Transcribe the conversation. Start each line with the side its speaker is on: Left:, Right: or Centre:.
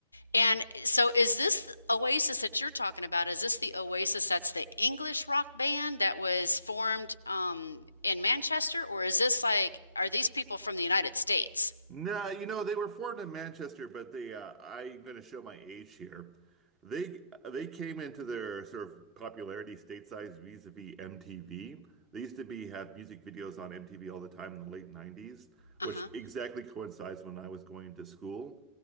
Left: And so is this Oasis that you're talking about? Is this the Oasis that's the English rock band that was formed um, in Manchester? Or is this like, are these people from the United States?
Right: No, you know, they were formed in Manchester, but they uh, I'm going to show my age here. They they came into their sort of popularity stateside vis-a-vis MTV. They used to be have music videos on MTV all the time in the late 90s,
Left: Uh-huh.
Right: which exactly coincides when I was going to school.